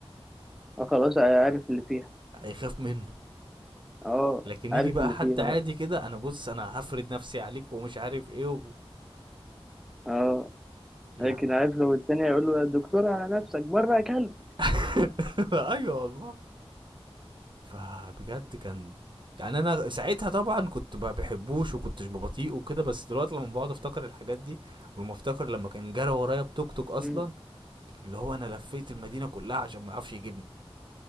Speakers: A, in the centre; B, on the right.
A: آه، خلاص آه، عارف اللي فيها
B: هيخاف منه
A: اه
B: لكن
A: عارف
B: يجي بقى
A: اللي
B: حد
A: فيها
B: عادي
A: بقى
B: كده انا بص انا هفرد نفسي عليك ومش عارف ايه و...
A: اه
B: يعني
A: لكن عارف لو التاني هيقول له يا دكتورة نفسك بره يا كلب
B: <laughs> <applause> ايوه والله فبجد كان يعني انا ساعتها طبعا كنت ما بحبوش وكنتش ببطيء وكده بس دلوقتي لما بقعد افتكر الحاجات دي ولما افتكر لما كان جرى ورايا بتوك توك اصلا
A: مم.
B: اللي هو انا لفيت المدينه كلها عشان ما يعرفش يجيبني